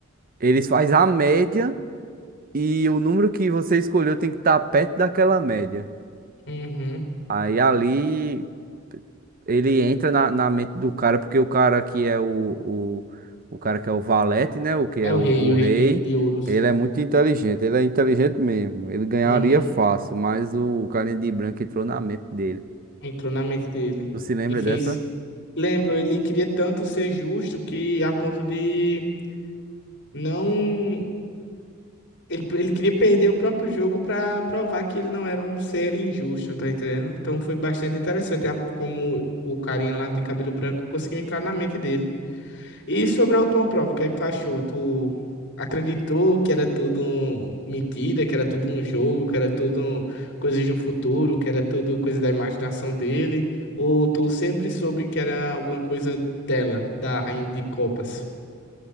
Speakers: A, on the right; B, on the left.
A: eles faz a média e o número que você escolheu tem que estar perto daquela média.
B: Uhum.
A: Aí ali ele entra na, na mente do cara, porque o cara que é o, o, o cara que é o valete, né? O que é
B: É o
A: o,
B: rei,
A: o
B: o rei
A: rei,
B: de, de ouros.
A: ele é muito inteligente, ele é inteligente mesmo. Ele ganharia
B: Uhum.
A: fácil, mas o carinha de branco entrou na mente dele.
B: Entrou na mente dele.
A: Tu se lembra
B: E fez.
A: dessa?
B: Lembro, ele queria tanto ser justo que a ponto de não. Ele, ele queria perder o próprio jogo pra provar que ele não era um ser injusto, tá entendendo? Então foi bastante interessante a- como o carinha lá de cabelo branco conseguiu entrar na mente dele. E sobre a última prova, o que é que tu achou? Tu acreditou que era tudo um- mentira, que era tudo um jogo, que era tudo um- coisas do futuro, que era tudo coisa da imaginação dele? Ou tu sempre soube que era alguma coisa dela, da Rainha de Copas?